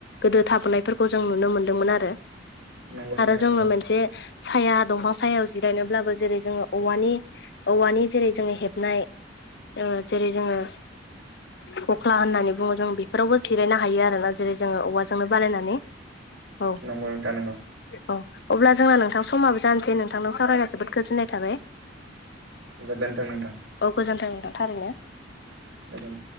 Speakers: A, on the left; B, on the right.
A: गोदो थाबोनायफोरखौ जों नुनो मोनदोंमोन आरो
B: नंगौ नोंथां
A: आरो जोङो
B: नंगौ
A: मोनसे साया दंफां सायाव जिरायनोब्लाबो जेरै जोङो औवानि औवानि जेरै जोङो हेबनाय ओ जेरै जोङो खख्ला होननानै बुङो जों बेफोरावबो जिरायनो हायो आरोना जेरै जोङो औवाजोंनो बानायनानै। औ
B: नोंगौ नोंथां नोंगौ।
A: औ अब्ला जोंना नोंथां समाबो जानसै नोंथां नों सावरायना जोबोद गोजोननाय थाबाय।
B: गोजोनथों नोंथां।
A: औ गोजोन्थों थारैनो।
B: गोजोन